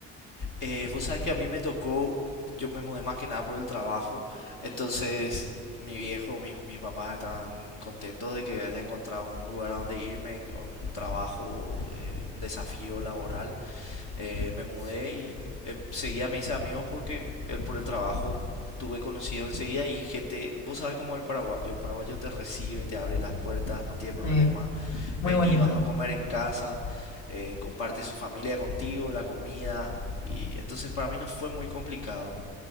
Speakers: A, on the left (about 70°); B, on the left (about 55°).
A: Eh, vos sabés que a mí me tocó, yo me mudé más que nada por el trabajo, entonces mi viejo, mis, mis papás estaban contentos de que haya encontrado un lugar a donde irme, un trabajo, eh, un desafío laboral. Eh, me mudé y eh, seguía me hice amigos porque eh, por el trabajo tuve conocidos enseguida y gente, vos sabes cómo es el paraguayo, el paraguayo te recibe, te abre las puertas, no tiene problema,
B: Eh, muy
A: vení,
B: bonito.
A: vas a comer en casa, eh, comparte su familia contigo, la comida, y entonces para mí no fue muy complicado,